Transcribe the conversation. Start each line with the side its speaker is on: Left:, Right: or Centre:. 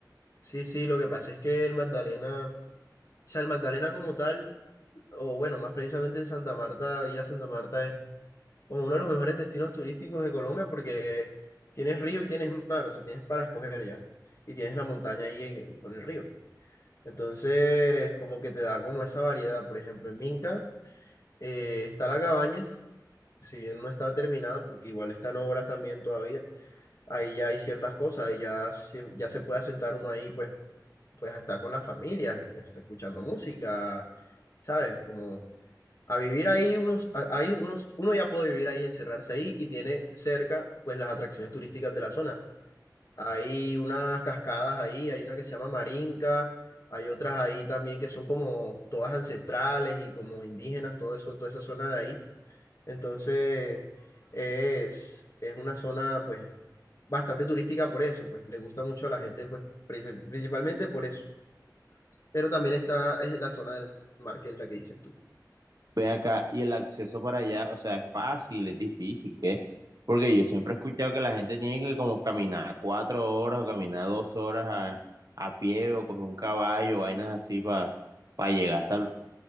Left: Sí, sí, lo que pasa es que el Magdalena, o sea, el Magdalena como tal, o bueno, más precisamente Santa Marta, ir a Santa Marta es como uno de los mejores destinos turísticos de Colombia porque tienes río y tienes mar, o sea, tienes para escoger ya. Y tienes la montaña ahí en- con el río. Entonces, como que te da como esa variedad. Por ejemplo, en Minca eh, está la cabaña, si bien no está terminada, porque igual está en obras también todavía ahí ya hay ciertas cosas, ahí ya se, ya se puede asentar uno ahí, pues pues a estar con la familia, este, está escuchando música, ¿sabes? Como a vivir ahí unos, a- ahí unos, uno ya puede vivir ahí, encerrarse ahí y tiene cerca pues las atracciones turísticas de la zona. Hay unas cascadas ahí, hay una que se llama Marinka, hay otras ahí también que son como todas ancestrales y como indígenas, todo eso, toda esa zona de ahí. Entonces es, es una zona pues bastante turística por eso, pues le gusta mucho a la gente pues princip- principalmente por eso pero también está es la zona del mar, que es la que dices tú.
Right: Ve acá, y el acceso para allá, o sea, es fácil, es difícil, ¿qué? Porque yo siempre he escuchado que la gente tiene que como caminar cuatro horas o caminar dos horas a, a pie o coger un caballo, vainas así para llegar hasta lugares